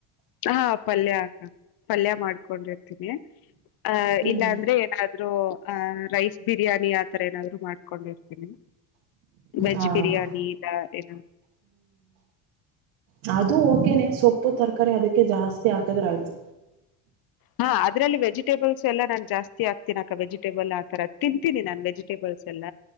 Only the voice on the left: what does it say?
ಹಾ ಪಲ್ಯ ಆ ಪಲ್ಯ ಮಾಡ್ಕೊಂಡಿರ್ತೀನಿ ಆ
ಇಲ್ಲಾ ಅಂದ್ರೆ ಏನಾದ ಆ ರೈಸ್ ಬಿರಿಯಾನಿ ಆತರ ಏನ ಮಾಡ್ೊಂಡಿರ್ತ ವೆಜ್
ಬಿರಿಯಾನಿ ಇಲ್ಲ ಏ
ಹಾ ಅದ್ರಲ್ಲಿ ವೆಜಿಟೇಬಲ್ಸ್ ಎಲ್ಲ ನಾನ್ ಜಾಸ್ತಿ ಆಗ್ತನ ಅಕ್ಕ ವೆಜಿಟಬಲ್ ಆ ತರ ತಿಂತೀನಿ ನಾನ್ ವೆಜಿಟೇಬಲ್ಸ್ ಎಲ್ಲ